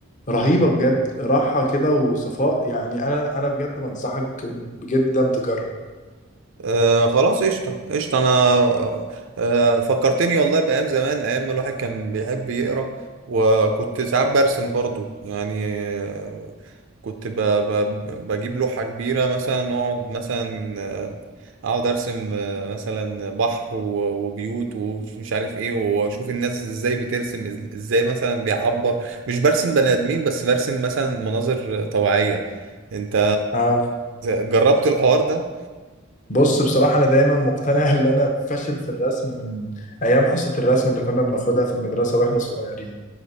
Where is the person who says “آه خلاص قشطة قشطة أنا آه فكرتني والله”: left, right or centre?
Right